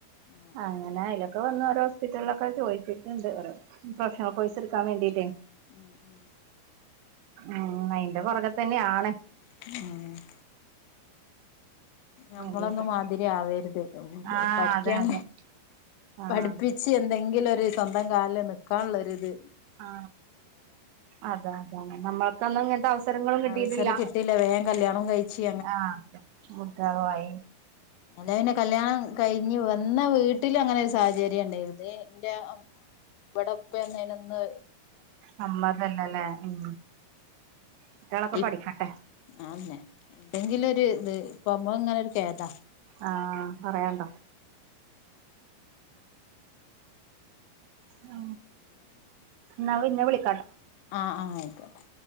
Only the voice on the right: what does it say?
അങ്ങനെയാലേ ഇവിടെ വന്ന് ഒരൊസ്പിറ്റൽലക്കെ ചോയിച്ചു ണ്ട് കൊറെ പ്രൊഫഷണൽ കോഴ്സ് എടുക്കാൻ വേണ്ടിട്ടേ
ഉം അയിന്റെ പുറകെ തന്നെയാണ്
വേണ്ടീട്ട്
ആഹ്
അതെ അതെ ആഹ്
ആ അതെ അതെ നമ്മൾക്കൊന്നും ഇങ്ങനത്തെ അവസരങ്ങളും കിട്ടിട്ടില്ല
ആ കല്യാണോവായി
നമ്മൾ തന്നേയല്ലേ ഉം കുട്ടികളൊക്കെ
പഠിക്കട്ടെ
ആഹ് പറയാണ്ടോ ആ എന്നാ പിന്നെ വിളി